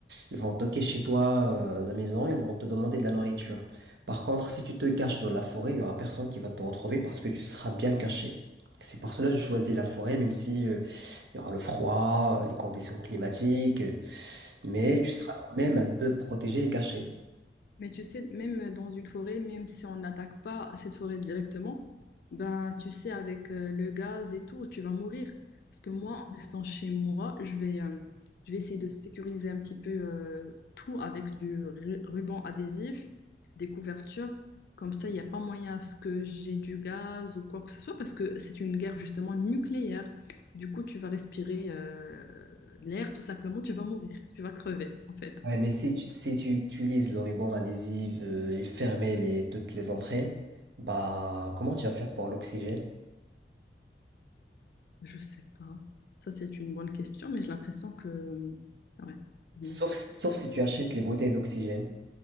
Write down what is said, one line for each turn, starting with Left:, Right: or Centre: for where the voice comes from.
Right: ils vont toquer chez toi, euh, à la maison, ils vont te demander de la nourriture. Par contre, si tu te caches dans la forêt, il y aura personne qui va te retrouver parce que tu seras bien caché. C'est pour cela que je choisis la forêt, même si euh, il y aura le froid, euh, les conditions climatiques, euh, mais tu seras quand même un peu protégé et caché.
Left: Mais tu sais, même dans une forêt, même si on n'attaque pas cette forêt directement, ben tu sais, avec euh, le gaz et tout, tu vas mourir. Parce que moi, en restant chez moi, je vais, euh, je vais essayer de sécuriser un petit peu euh, tout avec du ru- ruban adhésif, des couvertures. Comme ça, il n'y a pas moyen à ce que j'ai du gaz ou quoi que ce soit, parce que c'est une guerre justement nucléaire. Du coup, tu vas respirer euh, l'air, tout simplement, tu vas mourir, tu vas crever, en fait.
Right: Ouais, mais si tu, si tu utilises le ruban adhésif euh, et fermer les, toutes les entrées, bah comment tu vas faire pour l'oxygène?
Left: Je sais pas. Ça, c'est une bonne question, mais j'ai l'impression que... euh, Ouais. Mm.
Right: Sauf, sauf si tu achètes les bouteilles d'oxygène.